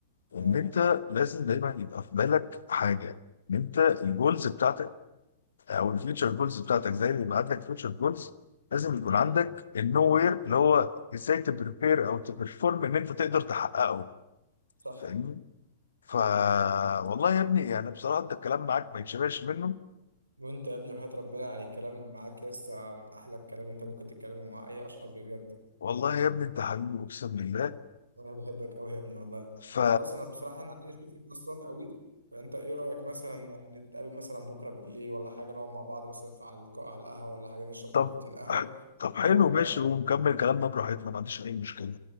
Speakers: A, on the left; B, on the right.
A: ان
B: ها
A: انت لازم دايما يبقى في بالك حاجه ان انت الجولز بتاعتك او الفيوتشر جولز بتاعتك زي ما يبقى عندك فيوتشر جولز لازم يكون
B: مم.
A: عندك النو وير اللي هو ازاي تبريبير او تبرفورم ان انت تقدر تحققه
B: صح
A: فاهمني ف والله يا ابني يعني بصراحه انت الكلام معاك ما يتشبعش منه
B: وانت يا ابني وحياة ربنا يعني الكلام معاك ياسا من احلى الكلام انت ممكن تتكلمه مع اي اشخاص بجد
A: والله يا ابني انت حبيبي اقسم بالله
B: انا بحبك قوي يا ابني والله
A: ف
B: خلاص انا بصراحه انا عايز اشوفك اصلا قوي فانت ايه رايك مثلا ان انت تقابل مثلا بكره بالليل ولا حاجه نقعد مع بعض مثلا في على الق- على القهوه ولا حاجه نشرب كوبايتين
A: طب
B: قهوه
A: طب حلو
B: نقعد
A: ماشي
B: بقى
A: ونكمل كلامنا براحتنا ما عنديش اي مشكله